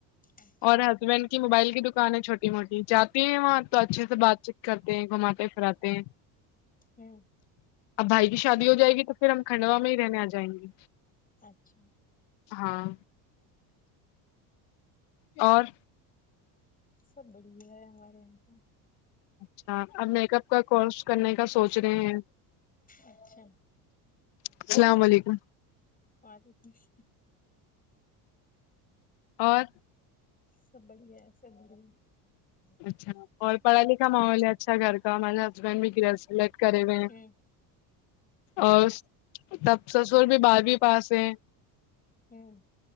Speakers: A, on the left; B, on the left.
A: اچھا
B: اور ہسبنڈ کی موبائل کی دکان ہے چھوٹی چھوٹی موٹی جاتے ہیں وہاں تو اچھے سے بات چیت کرتے ہیں گھماتے پھراتے ہیں
A: ھممم
B: اب بھائی کی شادی ہو جائے گی تو پھر ہم کھنڈوا میں ہی رہنے آ جائیں گے
A: اچھا
B: ہاں اور
A: سب بڑھیا ہے ہمارے یہاں تو
B: اچھا اب میک اپ کا کورس کرنے کا سوچ رہے ہیں
A: اچھا
B: السلام علیکم
A: وعلیکم <unintelligible>
B: اور
A: سب بڑھیا ہے سب بڑھیا
B: اچھا اور پڑھا لکھا ماحول ہے اچھا گھر کا ہمارے ہسبنڈ بھی گریجویٹ کرے ہوئے ہیں
A: ہوں
B: اور تب سسر بھی بارہویں پاس ہیں
A: ہوں